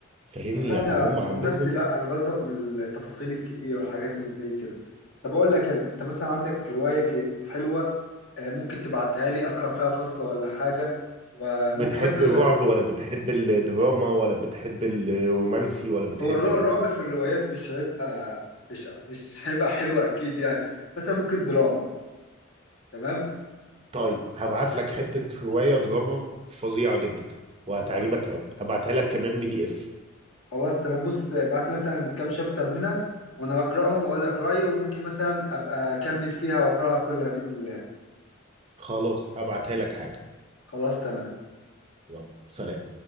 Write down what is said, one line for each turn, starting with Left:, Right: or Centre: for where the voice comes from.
Right: فاهمني
Left: لا
Right: يعني
Left: انا
Right: هم عندهم
Left: عن نفسي لا انا بزهق من التفاصيل الكتير والحاجات اللي زي كده طب اقول لك أنا، انت مثلا عندك رواية كانت حلوة آه، ممكن تبعتها لي اقرا فيها فصلة ولا حاجة وممكن
Right: بتحب
Left: مثلا
Right: الرعب ولا بتحب الدراما ولا بتحب الرومانسي ولا بتحب
Left: هو الر-
Right: ايه
Left: الرعب في الروايات مش هيبقى مش مش هيبقى حلو اكيد يعني مثلا ممكن دراما تمام
Right: طيب هبعت
Left: آه،
Right: لك حتة رواية دراما فظيعة جدا وهتعجبك
Left: خلاص
Right: قوي هبعتها
Left: خلاص
Right: لك كمان
Left: تمام
Right: بي
Left: ماشي
Right: دي اف
Left: خلاص تمام بص ابعت لي مثلا كام شابتر منها وانا اقراهم واقول لك رايي وممكن مثلا ابقى اكمل فيها واقراها كلها باذن الله
Right: خلاص هبعتها لك حالا
Left: خلاص تمام
Right: يلا سلام